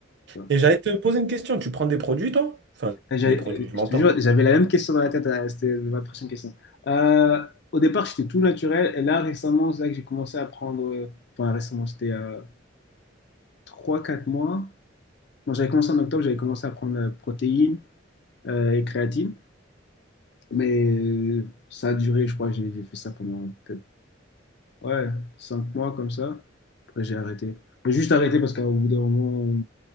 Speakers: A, on the left; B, on the right.
A: Ouais.
B: Et j'allais te poser une question. Tu prends des produits, toi? Enfin,
A: J'avais-
B: des produits, je
A: Je
B: m'entends.
A: te jure, j'avais la même question dans la tête, euh, c'était ma prochaine question. Euh, au départ, j'étais tout naturel, et là, récemment, c'est là que j'ai commencé à prendre, euh, enfin récemment, c'était euh, 3-4 mois. Bon, j'avais commencé en octobre, j'avais commencé à prendre euh, protéines euh, et créatine, mais euh, ça a duré, je crois, j'ai j'ai fait ça pendant peut-être, ouais, 5 mois comme ça. Après, j'ai arrêté. J'ai juste arrêté parce qu'au bout d'un moment,